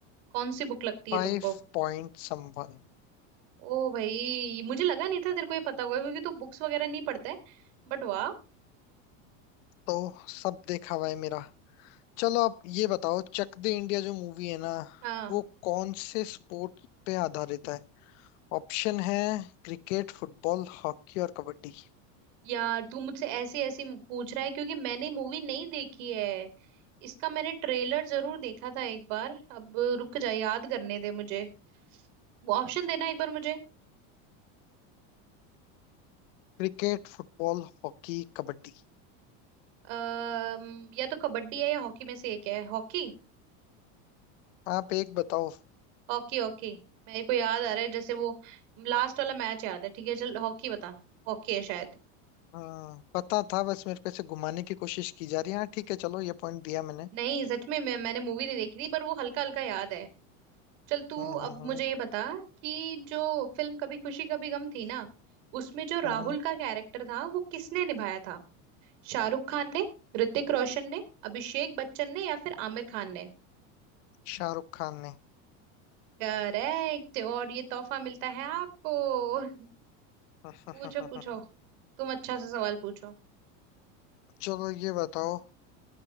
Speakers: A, on the right (about 70°); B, on the left (about 70°).
A: कौन सी बुक लगती है
B: Five
A: तुमको
B: point someone
A: ओ भाई मुझे लगा नहीं था तेरे को ये पता होगा क्योंकि तू बुक्स वगैरह नहीं पढ़ता है बट वाह
B: तो सब देखा हुआ है मेरा चलो आप ये बताओ चक दे इंडिया जो मूवी है ना
A: हाँ
B: वो कौन से स्पोर्ट पे आधारित है ऑप्शन है क्रिकेट फुटबॉल हॉकी और kabaddi
A: यार तू मुझसे ऐसी ऐसी पूछ रहा है क्योंकि मैंने मूवी नहीं देखी है इसका मैंने ट्रेलर जरूर देखा था एक बार अब रुक जा याद करने दे मुझे वो ऑप्शन देना एक बार मुझे
B: Cricket football hockey kabaddi
A: अः या तो कबड्डी है या हॉकी में से एक है Hockey
B: आप एक बताओ
A: hockey hockey मेरे को याद आ रहा है जैसे वो लास्ट वाला मैच याद है ठीक है चल हॉकी बता हॉकी है शायद
B: हाँ पता था बस मेरे को ऐसे घुमाने की कोशिश की जा रही है हाँ ठीक है चलो ये पॉइंट दिया मैंने
A: नहीं सच में मैं मैंने मूवी नहीं देखी थी पर वो हल्का हल्का याद है चल तू
B: हम्म हम्म
A: अब
B: हम्म
A: मुझे ये बता कि जो फिल्म कभी खुशी कभी गम थी ना उसमें जो
B: हम्म
A: राहुल का कैरेक्टर था वो किसने निभाया था शाहरुख खान ने ऋतिक रोशन ने अभिषेक बच्चन ने या फिर आमिर खान ने
B: शाहरुख खान ने
A: करेक्ट और ये तोहफा मिलता है आपको <laughs>
B: <laughs>
A: पूछो पूछो तुम अच्छा सा सवाल पूछो
B: चलो ये बताओ